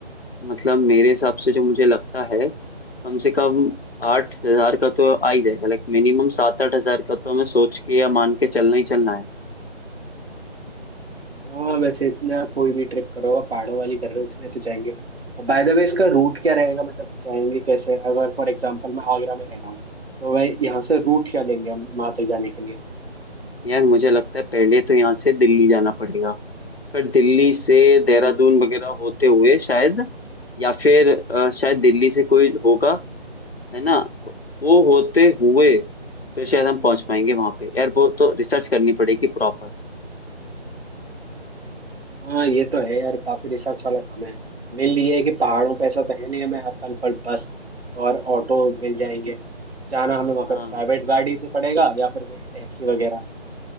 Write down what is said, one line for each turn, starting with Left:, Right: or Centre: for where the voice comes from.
Left: मतलब मेरे हिसाब से जो मुझे लगता है कम से कम आठ हजार का तो आ ही जाएगा लाइक मिनिमम सात आठ हजार का तो हमें सोच के या मान के चलना ही चलना है
Right: हाँ वैसे इतना कोई भी ट्रिप करो पहाड़ों वाली कर रहे हो इसमें तो जाएंगे और बाय द वे इसका रूट क्या रहेगा मतलब जाएंगे कैसे अगर फॉर एग्जाम्पल मैं आगरा में रह रहा हूँ तो वह यहाँ से रूट क्या लेंगे हम वहाँ तक जाने के
Left: यार मुझे लगता है पहले तो यहाँ से दिल्ली जाना पड़ेगा फिर दिल्ली से देहरादून
Right: लिए
Left: वगैरह होते हुए शायद या फिर अ, शायद दिल्ली से कोई होगा है ना तो वो होते हुए फिर शायद हम पहुंच पाएंगे वहां पे यार वो तो रिसर्च करनी पड़ेगी प्रॉपर
Right: हाँ ये तो है यार काफी रिसर्च वाला काम है मेन ये है कि पहाड़ों पे ऐसा तो है नहीं हमें हर पल पर बस और ऑटो मिल जाएंगे जाना हमें वहाँ
Left: हाँ
Right: पे प्राइवेट गाड़ी से पड़ेगा या फिर कोई टैक्सी वगैरह